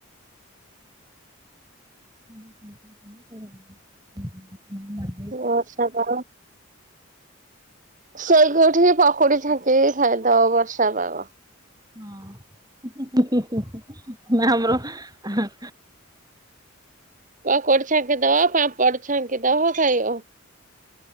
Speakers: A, on the right; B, on the right.
A: ଁ <inaudible>
B: ବର୍ଷା ପାଗ। ଶୋଇକି ଉଠିଚି ପକୁଡି ଛାଙ୍କି ଖାଇ ଦବ ବର୍ଷା ପାଗ।
A: ହଁ ହୁଁ ହୁଁ ହୁଁ ନା ଆମର ହେଁ
B: ପକୁଡି ଛାଙ୍କିଦେବ ପାମ୍ପଡ ଛାଙ୍କି ଦବ ଖାଇବ।